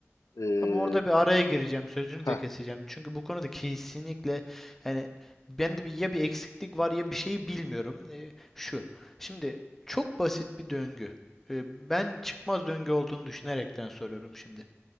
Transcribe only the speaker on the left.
Ee,
heh,
aha,